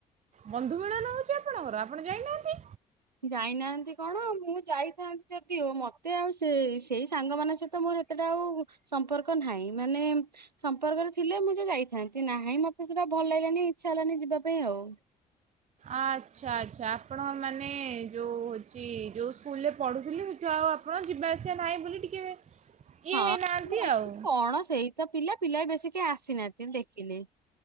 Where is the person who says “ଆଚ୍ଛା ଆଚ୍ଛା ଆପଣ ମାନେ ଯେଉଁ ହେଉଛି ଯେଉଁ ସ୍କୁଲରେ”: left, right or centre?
Right